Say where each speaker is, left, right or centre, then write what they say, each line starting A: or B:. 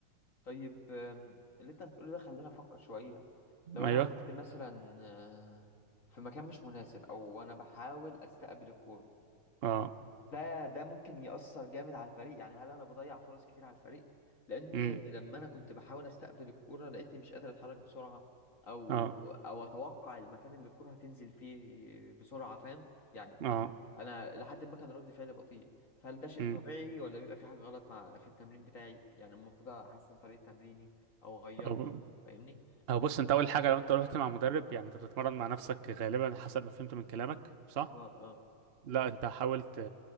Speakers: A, on the left (about 40°); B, on the right (about 70°).
A: طيب آم، اللي انت بتقوله ده خلاني افكر شويه لو
B: ايوه
A: انا وقفت مثلا آه، في مكان مش مناسب او انا بحاول استقبل الكوره
B: اه
A: ده ده ممكن يأثر جامد على الفريق يعني هل انا بضيع فرص كتير على الفريق لان
B: امم
A: لما انا كنت بحاول استقبل الكوره لقيتني مش قادر اتحرك بسرعه او
B: اه
A: او اتوقع المكان اللي الكوره هتنزل فيه بسرعه فاهم يعني
B: اه
A: انا لحد ما كان رد فعلي بطيء فهل ده شيء
B: امم
A: طبيعي ولا بيبقى في حاجه غلط مع في التمرين بتاعي يعني المفروض احسن طريقه تمريني او اغيرها
B: أو
A: فاهمني
B: أو بص انت اول حاجه لو انت رحت مع مدرب يعني انت بتتمرن مع نفسك غالبا حسب ما فهمت من كلامك صح
A: اه اه
B: لا انت حاولت